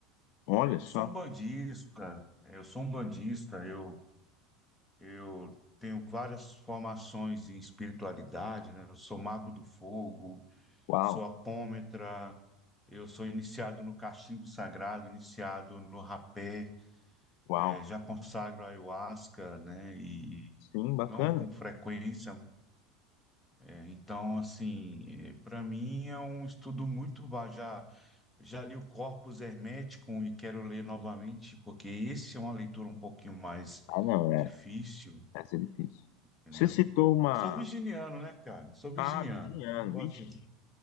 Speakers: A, on the left; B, in the centre.
A: Olha
B: Eu
A: só,
B: sou um bandista, é, eu sou um bandista, eu, eu tenho várias formações em espiritualidade, né? Eu sou mago do fogo,
A: uau,
B: sou apômetra, eu sou iniciado no cachimbo sagrado, iniciado no rapé,
A: uau.
B: eh, já consagro ayahuasca, né? E
A: Sim,
B: não
A: bacana.
B: com frequência. eh, então, assim, para mim é um estudo muito vasto. Já Já li o Corpus Hermeticum e quero ler novamente, porque esse é uma leitura um pouquinho mais
A: Ah, não,
B: difícil,
A: é, essa é difícil.
B: entendeu?
A: Você citou uma...
B: Eu sou virginiano, né, cara? Sou virginiano,
A: Ah, virginiano,
B: então eu gosto
A: ixi.
B: de